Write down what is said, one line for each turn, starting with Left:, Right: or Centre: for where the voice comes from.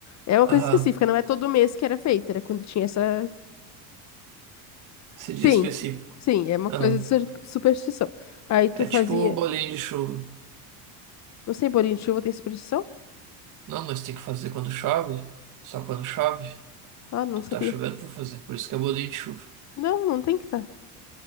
Left: É uma
Right: aham.
Left: coisa específica, não é todo mês que era feito, era quando tinha essa.
Right: Se diz
Left: Sim,
Right: específico.
Left: sim, é uma
Right: Aham.
Left: coisa de sur- superstição. Aí tu
Right: É
Left: fazia,
Right: tipo bolinho de chuva.
Left: não sei, bolinho de chuva tem superstição?
Right: Não, nós tem que fazer quando chove. Só quando chove.
Left: Ah, não
Right: Tu
Left: sabia.
Right: que tá chovendo pra fazer. Por isso que é bolinho de chuva.
Left: Não, não tem que tá.